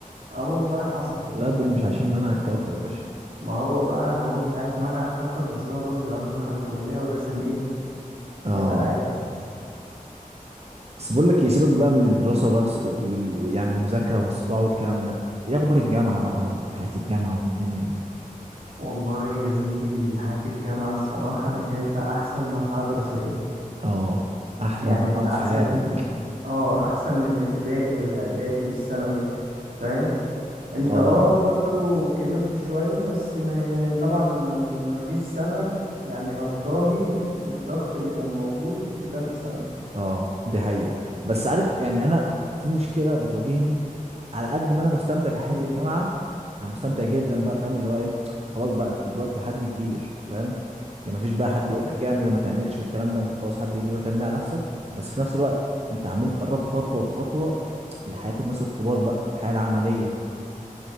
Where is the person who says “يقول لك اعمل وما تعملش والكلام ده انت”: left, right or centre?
Right